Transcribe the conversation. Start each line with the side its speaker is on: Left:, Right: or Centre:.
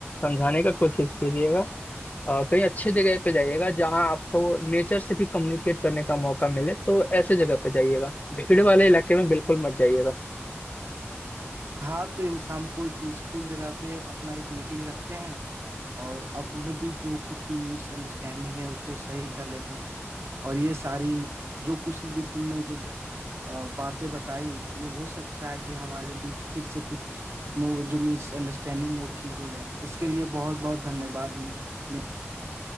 Left: समझाने का कोशिश कीजिएगा अ, कहीं अच्छी जगह पे जाइएगा जहाँ आपको नेचर से भी कम्युनिकेट करने का मौका मिले तो ऐसे जगह पे जाइएगा भीड़ वाले इलाके में बिल्कुल मत जाइएगा
Right: हाँ प्रिंस हम कोई पीसफुल जगह पे अपना एक मीटिंग रखते हैं और अपने बीच जो कुछ भी मिसअंडरस्टैंडिंग है उसको सही कर लेते हैं और ये सारी जो कुछ भी तुमने जो अ, बातें बताई ये हो सकता है कि हमारे बीच फिर से कुछ मो- जो मिसअंडरस्टैंडिंग है वो ठीक हो जाए इसके लिए बहुत बहुत धन्यवाद मि- मित्र